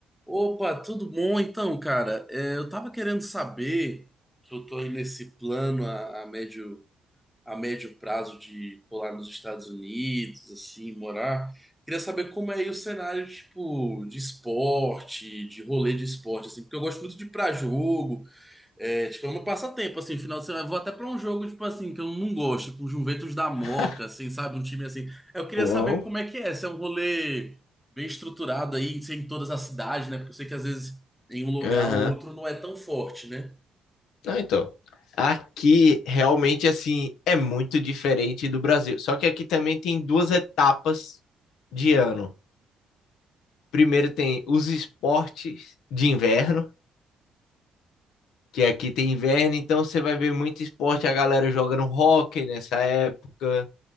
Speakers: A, in the centre; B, on the left.
A: Opa, tudo bom? Então, cara, é, eu tava querendo saber que eu tô aí nesse plano a, a médio, a médio prazo de colar nos Estados Unidos, assim, morar. Queria saber como é aí o cenário, tipo, de esporte, de rolê de esporte, assim, porque eu gosto muito de ir pra jogo, é, tipo, é um passatempo, assim, final de semana. Eu vou até pra um jogo, tipo assim, que eu não gosto, tipo, Juventus da
B: <laughs>
A: Moca, assim, sabe? Um time assim. Eu queria
B: Bom,
A: saber como é que é, se é um rolê bem estruturado aí, se é em todas as cidades, né? Porque eu sei que às vezes em um lugar
B: aham.
A: ou outro não é tão forte, né?
B: Não, então. Aqui realmente assim é muito diferente do Brasil. Só que aqui também tem duas etapas de ano. Primeiro tem os esportes de inverno, que aqui tem inverno, então você vai ver muito esporte, a galera jogando hóquei nessa época,